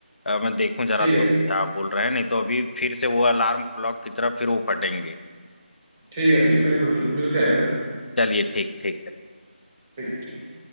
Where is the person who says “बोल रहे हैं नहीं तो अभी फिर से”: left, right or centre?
Left